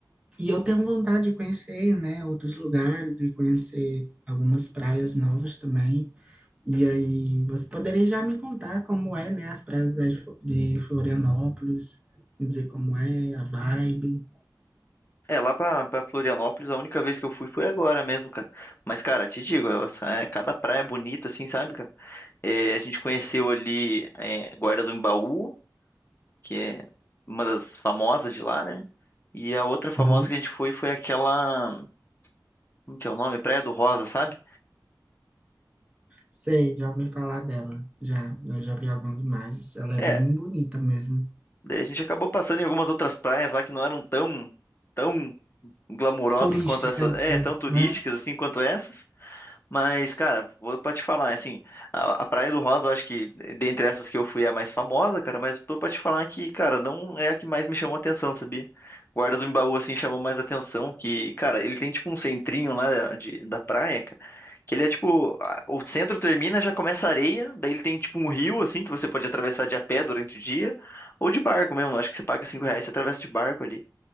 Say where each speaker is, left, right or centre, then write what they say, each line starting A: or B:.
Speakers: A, on the right; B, on the left.
A: E eu tenho vontade de conhecer, né, outros lugares e conhecer algumas praias novas também. E aí, você poderia já me contar como é, né, as praias de Flo- de Florianópolis, me dizer como é, a vibe.
B: É, lá pra, pra Florianópolis, a única vez que eu fui foi agora mesmo, cara. Mas, cara, te digo, eu- é, cada praia é bonita, assim, sabe, cara? É, a gente conheceu ali é, Guarda do Embaú, que é uma das famosas de lá, né? E a outra famosa
A: Uhum.
B: que a gente foi foi aquela, como que é o nome? Praia do Rosa, sabe?
A: Sei, já ouvi falar dela. Já, eu já vi algumas imagens. Ela é
B: É,
A: bem bonita mesmo.
B: Daí a gente acabou passando em algumas outras praias lá que não eram tão, tão glamurosas
A: Turísticas,
B: quanto essas, é, tão turísticas
A: né?
B: assim quanto essas. Mas, cara, vou pra te falar, assim, a, a Praia do Rosa, eu acho que dentre essas que eu fui é a mais famosa, cara, mas tô pra te falar que, cara, não é a que mais me chamou atenção, sabia? Guarda do Embaú, assim, chamou mais atenção, que, cara, ele tem tipo um centrinho lá eh, de, da praia, cara, que ele é tipo, a- o centro termina, já começa a areia, daí ele tem tipo um rio, assim, que você pode atravessar de a pé durante o dia, ou de barco mesmo, acho que você paga cinco reais e você atravessa de barco ali.